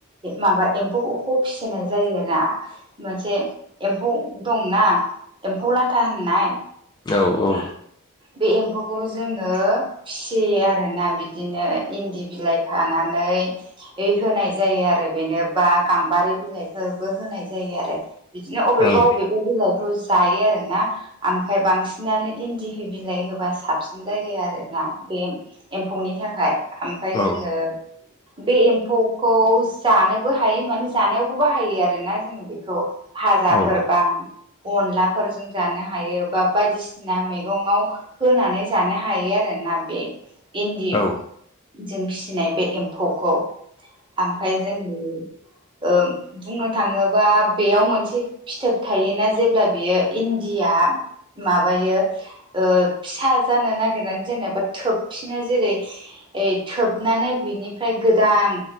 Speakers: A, on the right (about 25°); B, on the left (about 20°).
A: माबा एम्फौखौ फिसिनाय जायोना। मोनसे एम्फौ दंना एम्फौ लाथा होननाय।
B: औ औ
A: बे एम्फौखौ जोङो फिसियो आरोना बिदिनो इन्दि बिलाइ खानानै यै होनाय जायो आरो बेनो बा गाम्बारि बिलाइफोरबो होनाय जायो आरो बिदिनो अबेबा
B: औ
A: अबेबा बिलाइखौ जायो आरो ना आमफाय बांसिनानो इन्दि बिहो बिलाइ होबा साबसिन जायो आरोना बे एम्फौनि थाखाय। ओमफाय
B: औ
A: जोङो बे एम्फौखौ जानोबो हायो माने जानायावबो बाहायो आरोना जों बेखौ फाजाफोर
B: औ
A: बा अनलाफोरजों जानो हायो बा बायदिसिना मै मैगङाव होनानै जानो हायो आरोना बे इन्दि
B: औ
A: जों फिसिनाय बे एम्फौखौ आमफाय जोङो ओ बुंनो थाङोबा बेयाव मोनसे फिथोब थायोना जेब्ला बियो इन्दिया माबायो ओ फिसा जानो नागिरनानै जेनेबा थोबफिनो जेरै ओय थोबनानै बिनिफ्राय गोदान